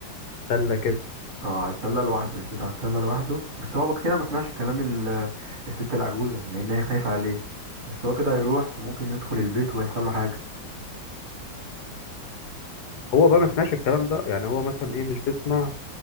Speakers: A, on the left; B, on the right.
A: التلة كده
B: اه اتطلع لوحده البيت هتطلع لوحده بس هو كده ما سمعش كلام ال- الست العجوزة لأن هي خايفة عليه بس هو كده هيروح وممكن يدخل البيت ويحصل له حاجة
A: هو بقى ما سمعش الكلام ده يعني هو مثلا ايه مش بيسمع